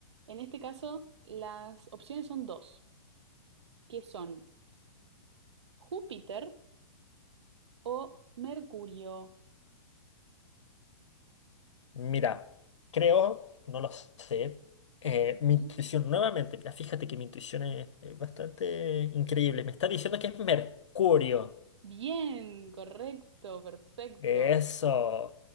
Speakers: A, on the right; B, on the left.
A: En este caso, las opciones son dos, que son Júpiter o Mercurio.
B: Mira, creo, no lo sé, eh,
A: Ujú.
B: mi intuición nuevamente, mira, fíjate que mi intuición es, es bastante increíble. Me está diciendo que es Mercurio.
A: Bien, correcto, perfecto.
B: Eso,